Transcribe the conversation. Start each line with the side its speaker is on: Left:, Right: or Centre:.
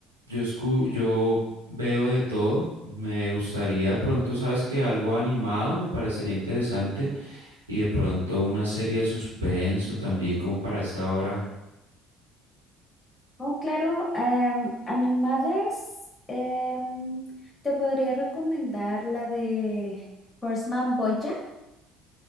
Right: yo escu- yo veo de todo. Me gustaría de pronto, sabes que algo animado me parecería interesante y de pronto una serie de suspenso también como para esta hora.
Left: Oh, claro, em, animadas, em, te podría recomendar la de Horseman Bojack.